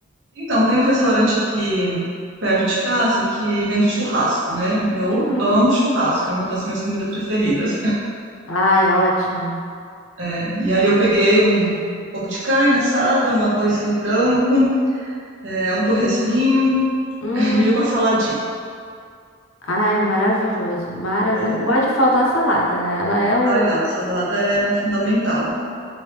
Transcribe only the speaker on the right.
Então, tem um restaurante aqui perto de casa que vende churrasco, né? E eu
amo churrasco, é uma das minhas comidas preferidas.
É, E aí eu peguei um, um pouco de carne assada, um arrozinho branco, é, um torresminho
<laughs> e uma saladinha.
É,
Ai, não, salada é fundamental.